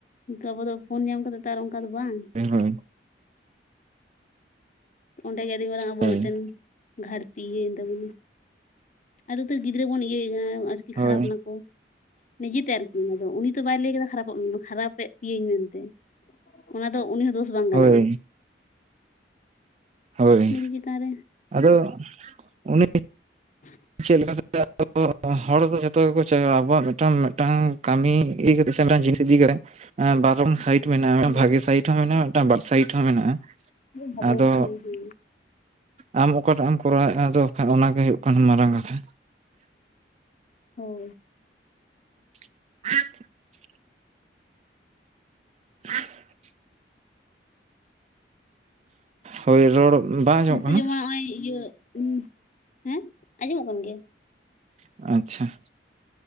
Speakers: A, on the left; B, on the right.
A: ᱚᱸᱠᱟ ᱟᱵᱚ ᱫᱚ ᱯᱷᱳᱱ ᱧᱟᱢ ᱠᱟᱛᱮᱫ ᱛᱟᱨ ᱚᱸᱠᱟ ᱫᱚ ᱵᱟᱝ
B: ᱦᱳᱭ,
A: ᱚᱸᱰᱮ ᱜᱮ ᱟᱹᱰᱤ ᱢᱟᱨᱟᱝ ᱟᱵᱚᱣᱟᱜ
B: ᱦᱳᱭ
A: ᱢᱤᱫᱴᱟᱹᱱ ᱜᱷᱟᱲᱛᱤ ᱤᱭᱟᱹᱭᱮᱱ ᱛᱟᱵᱚᱱᱟ ᱟᱨ ᱩᱛᱟᱹᱨ ᱜᱤᱫᱽᱨᱟᱹ ᱵᱚᱱ ᱤᱭᱟᱹᱭᱮ ᱮᱸ ᱟᱨ-
B: ᱦᱳᱭ
A: ᱠᱷᱟᱨᱟᱯ ᱮᱱᱟ ᱠᱚ, ᱱᱤᱡᱟᱹ ᱛᱮ ᱟᱨᱠᱤ ᱚᱱᱟ ᱫᱚ ᱩᱱᱤ ᱛᱚ ᱵᱟᱭ ᱞᱟᱹᱭ ᱟᱠᱟᱫᱟ ᱠᱷᱟᱨᱟᱯᱼᱚᱜ ᱢᱮ ᱠᱷᱟᱨᱟᱯᱮᱜ ᱯᱮᱭᱟᱹᱧ ᱢᱮᱱᱛᱮ? ᱚᱱᱟ ᱫᱚ ᱩᱱᱤ ᱦᱚᱸ ᱫᱳᱥ ᱵᱟᱝ
B: ᱦᱳᱭ
A: ᱜᱟᱱᱚᱜᱼᱟ?
B: ᱦᱳᱭ,
A: ᱱᱤᱡᱮ ᱪᱮᱛᱟᱱ ᱨᱮ
B: ᱟᱫᱚ ᱩᱱᱤ
A: <unintelligible>
B: ᱪᱮᱫ ᱞᱮᱠᱟ ᱛᱮ <unintelligible> ᱦᱚᱲ ᱫᱚ ᱡᱚᱛᱚ ᱜᱮ ᱠᱚ ᱪᱟᱦᱟᱣᱟ, ᱟᱵᱚᱣᱟᱜ ᱢᱮᱫᱴᱟᱝ ᱢᱮᱫᱴᱟᱝ ᱠᱟᱹᱢᱤ ᱤᱫᱤ ᱠᱟᱛᱮᱫ ᱥᱮ ᱢᱮᱫᱴᱟᱝ ᱡᱤᱱᱤᱥ, ᱤᱫᱤ ᱜᱮᱲᱮ, ᱮᱸ ᱵᱟᱨᱚᱝ ᱥᱟᱹᱭᱤ- ᱢᱮᱱᱟᱜᱼᱟ
A: ᱦᱮᱸ
B: ᱵᱷᱟᱜᱤ ᱥᱟᱹᱭᱤᱴᱷ ᱦᱚᱸ ᱢᱮᱱᱟᱜᱼᱟ, ᱢᱮᱫᱴᱟᱝ ᱵᱟᱨ ᱥᱟᱹᱭᱤᱴ ᱦᱚᱸ ᱢᱮᱱᱟᱜᱼᱟ,
A: ᱵᱷᱟᱜᱮ
B: ᱟᱫᱚ
A: ᱦᱮᱸ ᱦᱮᱸ
B: ᱟᱢ ᱚᱠᱟᱴᱟᱜ ᱮᱢ ᱠᱚᱨᱟᱣᱮᱜᱼᱟ, ᱟᱫᱚ ᱵᱟ ᱵᱟᱠᱷᱟᱱ ᱚᱱᱟ ᱜᱮ ᱦᱩᱭᱩᱜ ᱠᱟᱱᱟ ᱢᱟᱨᱟᱝ ᱠᱟᱛᱷᱟ᱾
A: ᱦᱳᱭ᱾
B: <unintelligible> <unintelligible> ᱦᱳᱭ, ᱨᱚᱲ ᱵᱟᱝ ᱟᱸᱡᱚᱢᱚᱜ
A: ᱱᱤᱛᱚᱜ
B: ᱠᱟᱱᱟ
A: ᱡᱮᱢᱚᱱ ᱱᱚᱜᱼᱚᱸᱭ ᱤᱭᱟᱹ ᱩᱸᱦ ᱦᱮᱸ ᱟᱸᱡᱚᱢᱚᱜ ᱠᱟᱱ ᱜᱮᱭᱟ?
B: ᱟᱪᱪᱷᱟ,